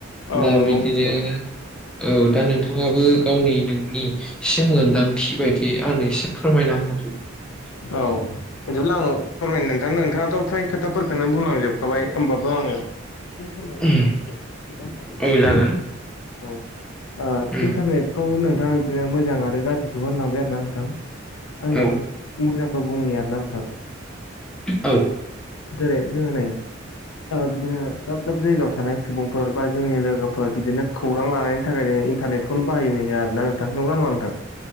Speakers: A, on the left (about 85°); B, in the centre.
A: औ
B: दा
A: नंगौ
B: बिदिनो
A: मिथिगौ
B: औ दा नोंथाङाबो गावनि नोंनिसिम मोनदांथि बायदि आंनो एसे फोरमायना होदो। होदो <inaudible>
A: औ बिदिब्ला आं फोरमायनो नोंथानो नोंथाङाथ' फ्राय खोथाफोरखौनो बुंलांजोबखाबाय ओमबा बो आङो एसे फोरमायनानै
B: उम
A: नोंथां। खोन्थाहरबावनोसै
B: औ
A: आरोना
B: जागोन।
A: औ
B: उम
A: इन्टारनेटखौ नोंथाङा बिदिनो मोजां आरो गाज्रिखौबो होनलांबाय आरो ना नोंथां। आङो
B: औ
A: मोजांखौ बुंनि आरोना नोंथां।
B: औ।
A: जेरै जोङो नै बिदिनो दाब दाब जायगायाव थानाय सुबुंफोर बा जोंनि लोगोफोर बिदिनो खौरां लानायनि थाखाय जों इन्टारनेटखौनो बाहायो आरो ना नोंथां नंगौ ना नङा नोंथां?